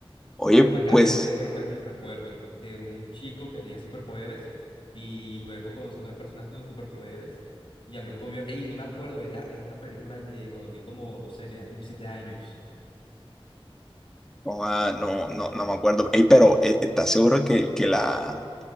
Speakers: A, in the centre; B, on the left.
A: Oye,
B: Pero
A: pues,
B: me acabas de de desbloquear un recuerdo de un chico que tenía superpoderes y luego conocí otras personas con superpoderes y había un gobierno. Ey, no me acuerdo, era, era una película de cuando vi como, no sé, tenía como siete años.
A: no, ah, no, no, no me acuerdo. Ey, pero eh, ¿estás seguro que, que la,